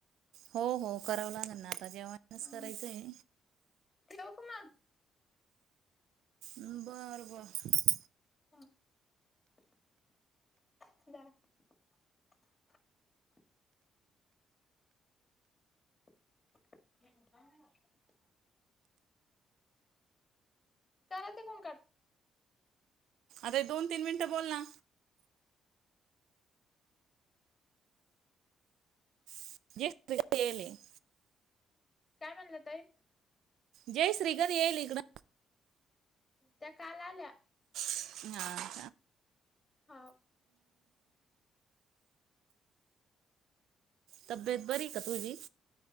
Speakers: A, on the right; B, on the left.
A: हो हो करावं लागेल ना आता जेवणच
B: हा
A: करायचंय्
B: ठेवू का मग
A: बरं बर
B: <unintelligible> <unintelligible> करा ते कोण कर
A: अरे दोन तीन मिनिटं बोल ना <unintelligible>
B: काय म्हणला ताई?
A: जय श्रीगद येईल इकडं
B: त्या काल आल्या
A: <unintelligible>
B: हा
A: तब्येत बरी का तूझी?